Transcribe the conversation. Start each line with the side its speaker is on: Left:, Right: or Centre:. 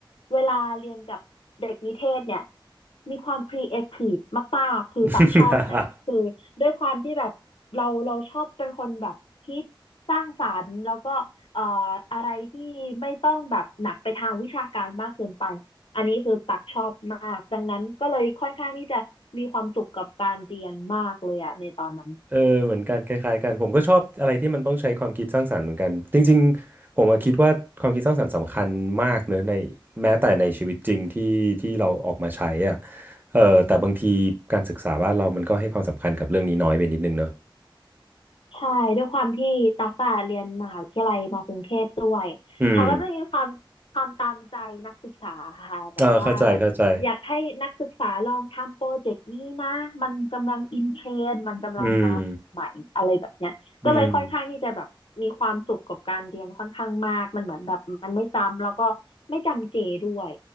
Left: เวลาเรียนกับเด็กนิเทศเนี่ยมีความครีเอทีฟมากๆคือปักชอบนะคือด้วยความที่แบบเราเราชอบเป็นคนแบบคิดสร้างสรรค์แล้วก็เอ่อ
Right: <laughs>
Left: อะไรที่ไม่ต้องแบบหนักไปทางวิชาการมากเกินไปอันนี้คือปักชอบมากดังนั้นก็เลยค่อนข้างที่จะมีความสุขกับการเรียนมากเลยอะในตอนนั้น
Right: เออเหมือนกันคล้ายๆกันผมก็ชอบอะไรที่มันต้องใช้ความคิดสร้างสรรค์เหมือนกันจริงๆผมอะคิดว่าความคิดสร้างสรรค์สำคัญมากเนอะในแม้แต่ในชีวิตจริงที่ที่เราออกมาใช้อ่ะเออแต่บางทีการศึกษาบ้านเรามันก็ให้ความสำคัญกับเรื่องนี้น้อยไปนิดนึงเนอะ
Left: ใช่ด้วยความที่ตั๊กอะเรียนมหาวิทยาลัยมากรุงเทพด้วยเขาก็จะมีความความตามใจนักศึกษาค่ะแบบว่าแบบอยากให้นักศึกษาลองทำโปรเจกต์นี้นะมันกำลังอินเทรนด์มันกำลังมาใหม่อะไรแบบเนี้ยก็เลยค่อนข้างที่จะแบบมีความสุขกับการเรียนค่อนข้างมากมันเหมือนแบบมันไม่จำแล้วก็ไม่จำเจด้วย
Right: อืมเออเข้าใจเข้าใจอืมอืม